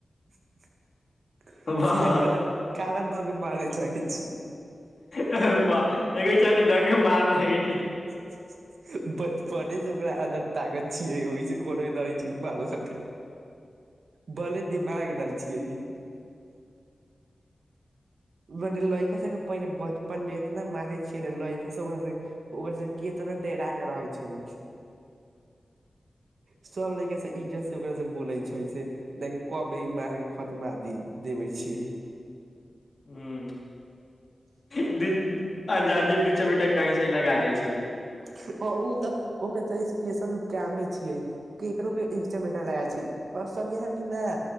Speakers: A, on the right; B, on the left.
A: <inaudible>
B: वाह
A: सीधा कलर कालर दऽ के मारै लैगे छी
B: अरे वाह ए के छाती ध के मार लागै छै
A: <unintelligible> बचपने से ओकरा अन्दर ताकत छियै ओहिसँ कोनो डरे छियै मारे भले दिमाग न छीये इ मने लड़िका सबके पहिले बच पर मे इतना मारै छियै ने लड़का से ओकरास ओकरास कितना डेरा के रहै छै इ सब लैका सब इज्जत से ओकरा से बोलै छै से नहि कबे इ मार खतमा दी देबे छियै
B: हूँ लेकिन अजादिय दू चमेटा कहीं से ही लगा दै छै उ
A: हम त ओ तऽ ओकर तऽ स्पेशल कमे छियै ऊ केकरो के एक चमेटा लागल छै अ सगिहन के मेय